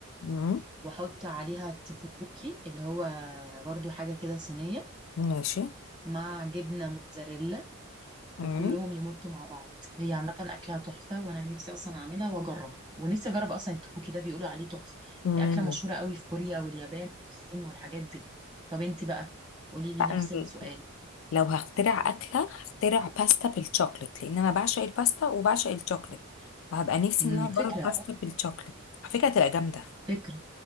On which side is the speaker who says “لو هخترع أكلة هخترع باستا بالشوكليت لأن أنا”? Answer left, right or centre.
Left